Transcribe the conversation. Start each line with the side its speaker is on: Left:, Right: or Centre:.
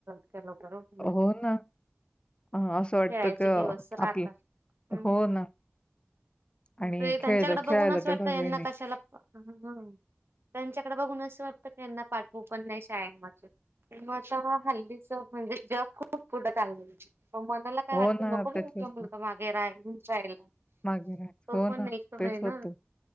Right: चलो करू <unintelligible>
Left: हो ना. अ, असं वाटतं
Right: खेळायचे
Left: की अ,
Right: दिवस राहता
Left: आपलं
Right: हम्
Left: हो ना आणि
Right: ते
Left: खेळ
Right: त्यांच्याकडें
Left: खेळायला
Right: बघूनच
Left: तेवढा
Right: वाटत यांना
Left: वेळ नाही.
Right: कशाला ह ह त्यांच्याकडे बघून असं वाटतं की यांना पाठवू पण नाही शाळेत माझ मग अशानं हल्लीच म्हणजे जग खूप पुढे चाललंय मनाला काय
Left: हो
Right: वाटतं
Left: ना,
Right: नको मग
Left: त्याच्याच
Right: मुलगा मागे राहायला.
Left: मागे राहायचं.
Right: तो
Left: हो
Right: पण
Left: ना,
Right: एक
Left: तेच
Right: आहे ना
Left: होतं.